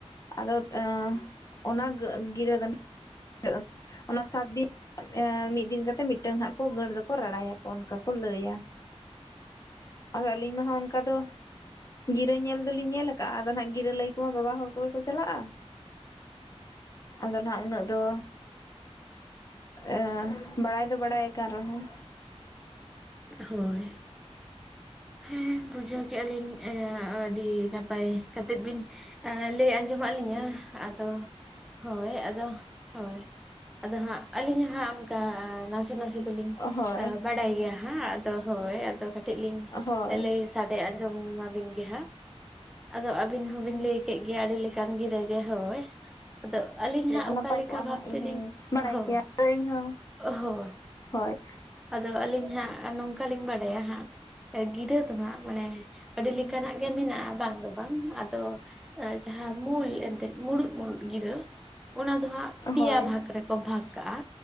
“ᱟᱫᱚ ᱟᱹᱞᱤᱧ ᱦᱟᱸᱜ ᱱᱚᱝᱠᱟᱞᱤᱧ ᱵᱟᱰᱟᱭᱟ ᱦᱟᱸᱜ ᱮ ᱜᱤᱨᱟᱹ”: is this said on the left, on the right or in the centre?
Centre